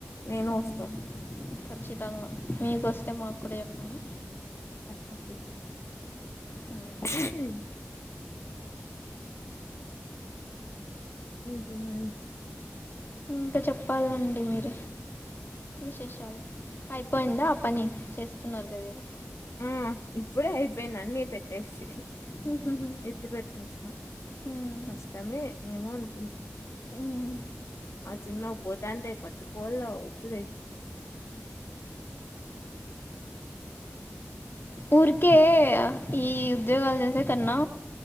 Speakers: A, on the left (about 80°); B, on the left (about 50°).
A: నేను
B: హ్మ్.
A: వస్తా
B: ఖచ్చితంగా మీకొస్తే మాకూడా చెప్పండి
A: తకు
B: హ్మ్.
A: చె ఇంకేమి
B: ఇంకా చెప్పాలండి మీర విశేషాలు అయిపోయిందా పని చేస్తున్నారు కదా ఏదో
A: ఆ ఇప్పుడే అయిపోయింది అన్ని పెట్టేసి
B: ఏదో.
A: ఎత్తి పెట్టేస్నా
B: ఉమ్,
A: కష్టమే ఏమో అన్
B: ఉమ్.
A: ఆ చిన్న పోతాంటే పట్టుకోల్ల వచ్చుది
B: ఊరికే ఈ ఉద్యోగాలు జెసే కన్నా